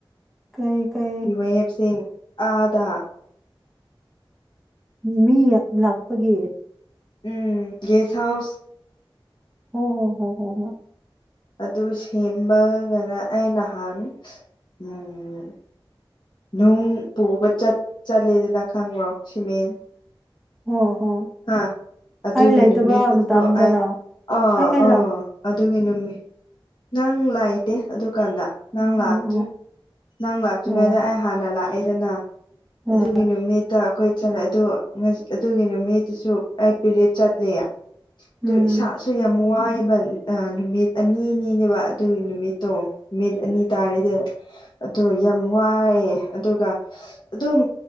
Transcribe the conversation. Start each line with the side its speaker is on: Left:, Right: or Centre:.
Centre: ꯀꯩ ꯀꯩ
Left: ꯌꯨꯋꯦ ꯑꯦꯞꯁꯤꯡ ꯑꯥꯗꯥ
Centre: ꯃꯤꯃꯤ ꯂꯥꯛꯄꯒꯤ
Left: ꯎꯝ ꯒꯦꯁ ꯍꯥꯎꯁ
Centre: ꯍꯣ ꯍꯣ ꯍꯣ ꯍꯣ ꯍꯣꯏ
Left: ꯑꯗꯨ ꯁꯦꯝꯕꯒꯅ ꯑꯩ ꯅꯍꯥꯟ ꯎꯝ ꯅꯨꯡ ꯄꯨꯕ ꯆꯠ ꯆꯠꯂꯦꯗꯅ ꯈꯪꯕ꯭ꯔꯣ ꯁꯤꯃꯦꯟ
Centre: ꯍꯣ ꯍꯣ
Left: ꯍꯥ ꯑꯗꯨꯒꯤ
Centre: ꯑꯩ ꯂꯩꯇꯕ
Left: ꯅꯨꯃꯤꯠꯇꯁꯨ
Centre: ꯃꯇꯝꯗꯔ
Left: ꯑꯩ ꯑꯥ
Centre: ꯑꯩ ꯑꯩ
Left: ꯑꯥ
Centre: ꯂꯥꯛ
Left: ꯑꯠ ꯑꯗꯨꯒꯤ ꯅꯨꯃꯤ ꯅꯪ ꯂꯥꯏꯇꯦ ꯑꯗꯨ ꯀꯥꯟꯗ ꯅꯪ
Centre: ꯑꯣ
Left: ꯂꯥꯛꯇ꯭ꯔꯤ
Centre: ꯑꯣ ꯑꯣ
Left: ꯅꯪ ꯂꯥꯛꯇ꯭ꯔꯤꯉꯩꯗ
Centre: ꯑꯣ
Left: ꯑꯩ ꯍꯥꯟꯅ ꯂꯥꯛꯑꯦꯗꯅ
Centre: ꯑꯣ
Left: ꯑꯗꯨꯒꯤ ꯅꯨꯃꯤꯠꯇ ꯑꯩꯈꯣꯏ ꯆꯠꯂꯦ ꯑꯗꯨ ꯑꯗꯨꯒꯤ ꯅꯨꯃꯤꯠ ꯗꯨꯁꯨ ꯑꯩ ꯄꯤꯔꯤꯠ ꯆꯠꯂꯦ
Centre: ꯎꯝ
Left: ꯑꯗꯨ ꯏꯁꯥꯁꯨ ꯌꯥꯝ ꯋꯥꯏꯑꯦ ꯕꯟ ꯑꯥ ꯅꯨꯃꯤꯠ ꯑꯅꯤꯅꯤꯅꯦꯕ ꯑꯗꯨꯒꯤ ꯅꯨꯃꯤꯠꯇꯣ ꯅꯨꯃꯤꯠ ꯑꯅꯤ ꯇꯥꯔꯤꯗ ꯑꯗꯣ ꯌꯥꯝ ꯋꯥꯏꯑꯦ ꯑꯗꯨꯒ ꯑꯗꯨꯝ